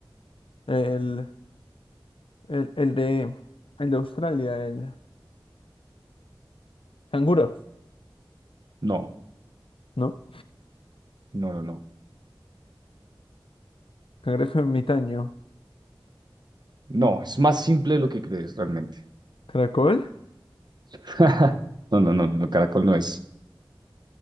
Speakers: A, on the left; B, on the right.
A: El, el, el de, el de Australia, el canguro,
B: No,
A: ¿no?
B: no, no, no.
A: Cangrejo ermitaño.
B: No, es más simple de lo que crees realmente.
A: ¿Caracol?
B: <laughs> No, no, no, no, no, caracol no es.